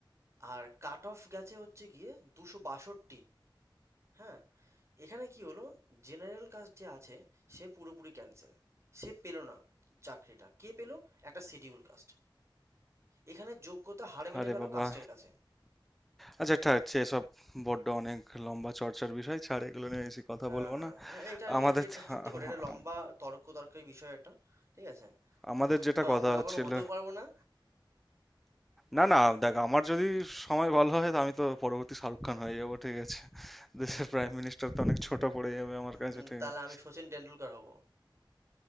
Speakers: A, on the right; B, in the centre.
A: আর কাট অফ গেছে হচ্ছে গিয়ে দুশো বাষট্টি হ্যাঁ এখানে কি হলো জেনারেল কাস্ট যে আছে সে পুরোপুরি ক্যান্সেল সে পেলো না চাকরিটা কে পেলো একটা শিডিউল কাস্ট এখানে যোগ্যতা হার মেনে
B: আরে
A: গেল
B: বাবা
A: কাস্টের কাছে
B: আচ্ছা ঠিক আছে এসব বড্ড অনেক লম্বা চর্চার বিষয় ছাড় এগুলো নিয়ে বেশি কথা
A: হ্যাঁ
B: বলবো
A: হ্যাঁ
B: না
A: হ্যাঁ এটা নিয়ে
B: আমাদের
A: এ- এ- সত্যি
B: আম-
A: করে এটা লম্বা
B: আম-
A: তর্ক তর্কের বিষয় একটা ঠিক আছে
B: আমাদের
A: তো
B: যেটা কথা
A: আমরা
B: হচ্ছিল
A: কখনো হতেও পারবো না
B: না না দেখ আমার যদি সময় ভালো হয় তো আমি তো পরবর্তী শাহরুখ খান হয়ে যাবো ঠিক আছে দেশের প্রাইম মিনিস্টার তো অনেক ছোট পড়ে যাবে আমার কাছে
A: উম,
B: ঠিক
A: তাহলে
B: আছে
A: আমি সচিন টেন্ডুলকার হব